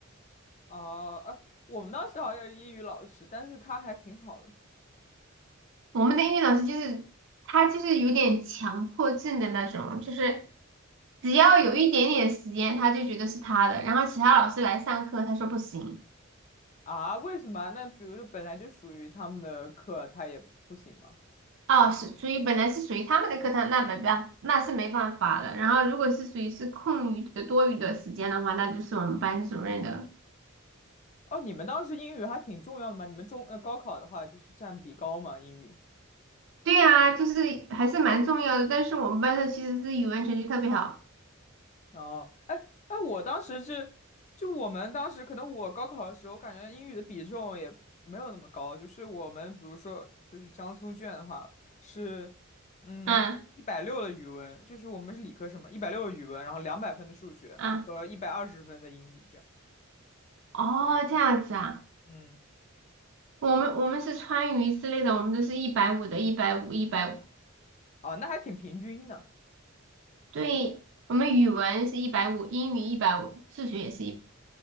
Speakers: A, on the left; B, on the right.
A: 哦，哎，我们当时好像也是英语老师，但是他还挺好的
B: 我们的英语老师就是他就是有点强迫症的那种，就是只要有一点点时间他就觉得是他的，然后其他老师来上课他说不行。
A: 啊？为什么啊那比如说本来就属于他们的课，他也不行吗？
B: 哦，是属于本来是属于他们的课堂，那没办，那是没办法的。然后如果是属于是空余的、多余的时间的话，那就是我们班主任的。
A: 哦，你们当时英语还挺重要的嘛？你们中呃高考的话就是占比高嘛，英语。
B: 对呀，就是还是蛮重要的。但是我们班上其实是语文成绩特别好。
A: 哦，哎哎，我当时是，就我们当时可能我高考的时候，感觉英语的比重也没有那么高，就是我们比如说就是江苏卷的话是，嗯，
B: 嗯
A: 一百六的语文，就是我们是理科生嘛，一百六的语文，然后两百分的数学和一百二十分的英语这样，
B: 嗯，哦，这样子啊，
A: 嗯，
B: 我们我们是川渝之类的，我们都是一百五的，一百五，一百五。
A: 哦，那还挺平均的，
B: 对，我们语文是一百五，英语一百五，数学也是一